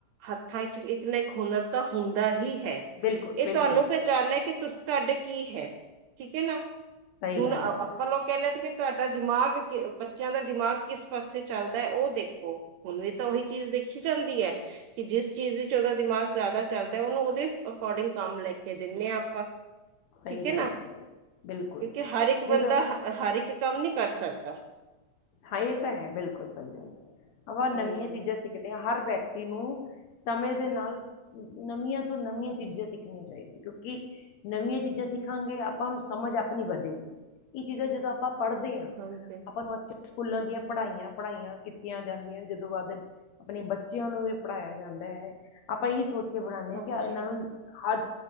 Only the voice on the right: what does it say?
ਹੱਥਾਂ ਵਿੱਚ ਇੱ ਇੱਕ ਹੁਨਰ ਤਾਂ ਹੁੰਦਾ ਹੀ ਹੈ।
ਇਹ
ਤੁਹਾਨੂੰ ਪਹਿਚਾਣੇ ਕਿ ਤੁਸੀਂ ਤੁਹਾਡੇ ਕੀ ਹੈ। ਠੀਕ ਹੈ ਨਾ
ਹੁਣ
ਆਪਾਂ
ਲੋਕ ਕਹਿੰਦੇ ਕੇ ਤੁਹਾਡਾ ਦਿਮਾਗ ਬੱਚਿਆਂ ਦਾ ਦਿਮਾਗ ਕਿਸ ਪਾਸੇ ਚੱਲਦਾ ਹੈ ਉਹ ਦੇਖੋ ਹੁਣ ਵੀ ਤਾਂ ਉਹੀ ਚੀਜ਼ ਦੇ ਦੇਖੀ ਜਾਂਦੀ ਹੈ ਕਿ ਜਿਸ ਚੀਜ਼ ਵਿੱਚ ਉਹਦਾ ਦਿਮਾਗ ਜ਼ਿਆਦਾ ਚੱਲਦਾ ਉਹਨੂੰ ਉਹਦੇ ਅਕੋਰਡਿੰਗ ਕੰਮ ਲੈ ਕੇ ਦਿਨੇ ਹਾਂ ਆਪਾਂ,
ਠੀਕ ਹੈ
ਨਾ ਕਿਉਂਕਿ
ਹਰ ਇੱਕ ਬੰਦਾ
ਹਰ ਇੱਕ ਕੰਮ ਨਈ ਕਰ ਸਕਦਾ।
ਹਮ
ਹਾਂਜੀ
ਹਾਂਜੀ